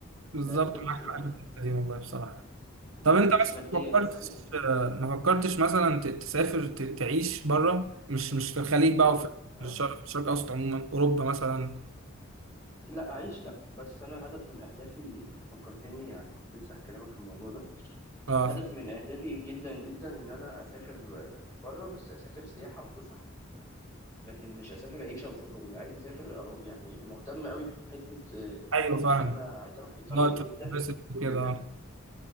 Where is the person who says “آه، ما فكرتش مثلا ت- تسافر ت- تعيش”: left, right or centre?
Right